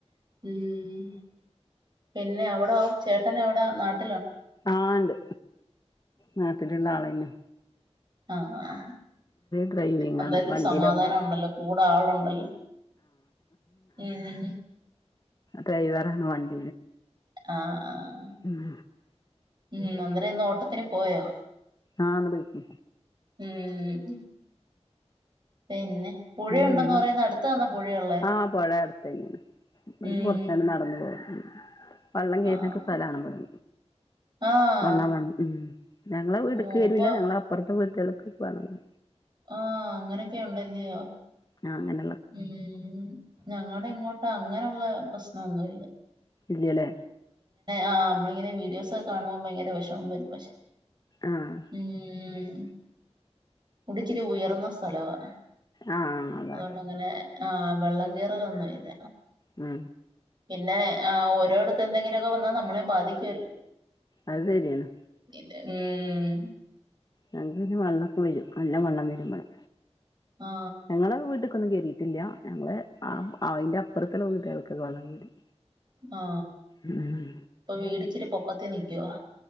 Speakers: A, on the right; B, on the left.
A: ഉം പിന്നെ അവിടെ ചേട്ടനെ എവിടെ നാട്ടി-
B: ആ ഉണ്ട് നാട്ടിലുള്ള ആള് തന്നെ
A: ആ ആ
B: ഡ്രൈവിംഗ്
A: എന്തായാലും
B: ആണ് വണ്ടിയിലാ
A: സമാധാനം
B: പോണെ
A: ഉണ്ടല്ലോ കൂടെ ആളുണ്ടല്ലോ ഉം
B: ഡ്രൈവാണ് വണ്ടി
A: ആ ആ
B: ഉം
A: ഉം അന്നരംഇന്ന് ഓട്ടത്തിന് പോയോ
B: ആ ഇന്ന് ബൈക്കിൽ
A: ഉം പിന്നെ പുഴയുണ്ടന്ന്
B: ഉം
A: പറയുന്ന അടുത്ത ആണോ പുഴയുള്ളേ
B: ആഹ് പൊഴ അടുത്തന്നെയാണ് ഇവിടുന്ന്
A: ഉം
B: കുറച്ചണ്ട് നടന്നു പോകും വള്ളം കഴുന്നക്കെ
A: ആഹ്
B: സ്ഥലമാണ് ഇടെ
A: ആഹ്
B: വള്ളം വ ഉം ഞങ്ങളെ വീടക്ക്
A: ഓ
B: വരിമല്ല
A: അപ്പൊ
B: ഞങ്ങള അപ്പുറത്തെ വീട്ടുകൾക്ക് വരും
A: ആ അങ്ങനൊക്കെ ഉണ്ടല്ലയോ
B: ആ അങ്ങനെ
A: ഉം ഞങ്ങളടെ ഇങ്ങോട്ട് അങ്ങനെയുള്ള പ്രശ്നമൊന്നുമല്ല
B: ഇല്ലല്ലേ
A: ആ നമ്മളിങ്ങനെ വീഡിയോസ് ഒക്കെ കാണുമ്പോ ഭയങ്കര വിഷമം വരും പക്ഷെ
B: ആഹ്
A: ഉം ഇതിച്ചിരി ഉയർന്ന സ്ഥലവാ
B: ആ ആ അതാ
A: അതുകൊണ്ട് അങ്ങനെ ആ വെള്ളം കേറുയതൊന്നും ഇല്ല
B: ആ
A: പിന്നെ ഓരോടുത്ത് എന്തെങ്കിലുമൊക്കെ വന്നാൽ നമ്മളെയും ബാധിക്കുവല്ലോ
B: അത് ശരിയാണ്
A: ഉം
B: ഞങ്ങക്ക് പിന്നെ വെള്ളമൊക്കെ വരും നല്ല വെള്ളം വരും ഇവിടെ
A: ആ
B: ഞങ്ങടെ വീട്ടക്കൊന്നും കേറി- കിട്ടില്ല ഞങ്ങള് അതിന്റെ അപ്പുറത്തു റൂമിക്കാർക്കൊക്കെ വെള്ളം കേറും
A: ആ
B: ഉം
A: അപ്പൊ വീട് ഇച്ചിരി പൊക്കത്തി നൽക്കുവാ